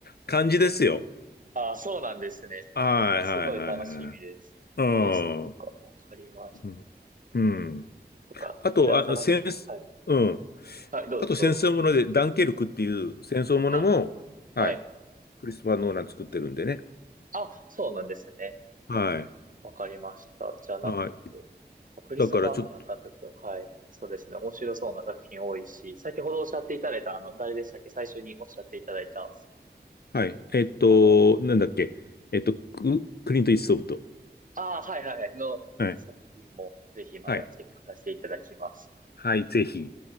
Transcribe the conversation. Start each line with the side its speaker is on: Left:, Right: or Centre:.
Left: 感じですよ。
Right: <laughs>、あそうなんですね。
Left: はいはいはいはい。
Right: えすごい楽しみです。
Left: うん。
Right: えー、そっか、
Left: う
Right: わかりまし
Left: ん。うん
Right: た。とか、
Left: あと、
Right: いたさな、
Left: あ、戦、
Right: はい。
Left: うん。
Right: はい、どうぞ。
Left: あと戦争もので、ダンケルクっていう戦争ものも、
Right: あ、
Left: はい。
Right: はい。
Left: クリストファー・ノーラン作ってるんでね。
Right: あ、そうなんですね。
Left: はい。
Right: わかりました。じゃあなんか、
Left: はい。
Right: クリストファー・
Left: だからちょっと
Right: ノーラン監督。はい。そうですね。面白そうな作品多いし、先ほどおっしゃっていただいた、あの、誰でしたっけ最初におっしゃっていただいた、
Left: はい。えっと、
Right: あの、
Left: なんだっけ。えっと、ク、クリント・イーストウッド。
Right: ああ、はいはいはい、の作品も、
Left: はい。
Right: ぜひまたチェックさせていただきます。
Left: はい。はい、ぜひ。